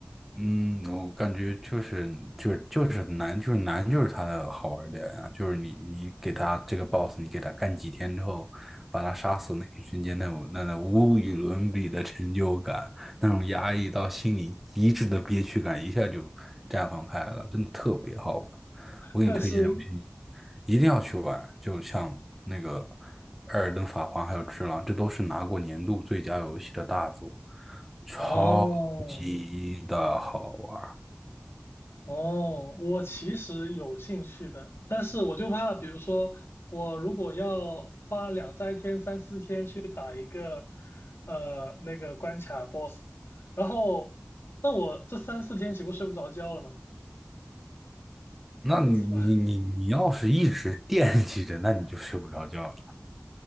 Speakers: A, in the centre; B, on the left.
A: 嗯，我感觉就是就是就是难，就是难，就是它的好玩儿点啊！就是你你给它这个 boss，你给它干几天之后，把它杀死那一瞬间，那种那种无与伦比的成就感，那种压抑到心里极致的憋屈感，一下就绽放开了，真的特别好玩。我给你推荐这游戏，
B: 但是
A: 一定要去玩。就像那个《艾尔登法环》还有《只狼》，这都是拿过年度最佳游戏的大作，超级的好玩
B: 哦。哦，我其实有兴趣的，但是我就怕，比如说我如果要花两三天、三四天去打一个呃那个关卡 BOSS，然后那我这三四天岂不睡不着觉了吗？
A: 那你你你你要是一直惦记着，
B: 是吧？
A: 那你就睡不着觉了。